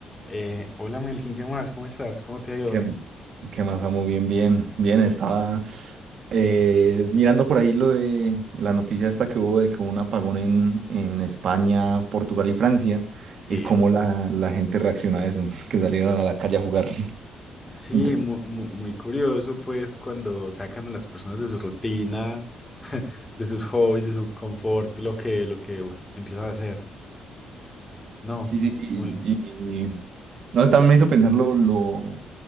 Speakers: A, on the left; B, on the right.
A: Eh, hola Melkin, ¿qué más? ¿Cómo estás? ¿Cómo te ha ido
B: ¿Qué,
A: hoy?
B: qué más, amo? Bien, bien, bien. Estaba eh, mirando por ahí lo de la noticia esta que hubo de que hubo un apagón en, en España, Portugal y Francia
A: Sí,
B: y cómo
A: ¿eh?
B: la, la gente reacciona a eso, <laughs> que salieron a la calle a jugar. <laughs>
A: Sí,
B: Inter-
A: mu- mu- muy curioso, pues, cuando sacan a las personas de su rutina, <laughs> de sus hobbies, de su confort, lo que, lo que bueno, empiezan a hacer. No,
B: Sí, sí, y,
A: muy.
B: y- no sé, también me hizo pensar lo, lo